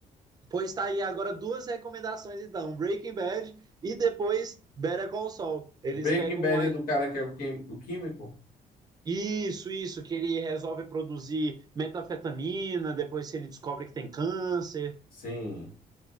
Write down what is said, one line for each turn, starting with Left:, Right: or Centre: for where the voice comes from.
Right: Pois tá aí agora duas recomendações, então. Breaking Bad e depois Better Call Saul. Eles
Left: Breaking
Right: pegam
Left: Bad
Right: um
Left: é do cara que é o quim- o químico?
Right: Isso, isso, que ele resolve produzir metanfetamina, depois ele descobre que tem câncer.
Left: Sim.